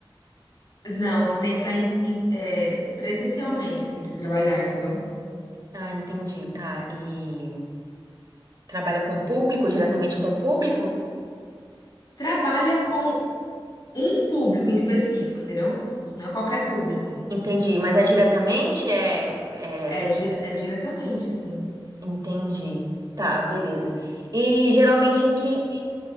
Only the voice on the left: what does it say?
não, você tem que estar em- em- é, presencialmente, assim, pra você trabalhar, entendeu?
Trabalha com um público em específico, entendeu? Não é qualquer público.
É,
dire- é diretamente, assim.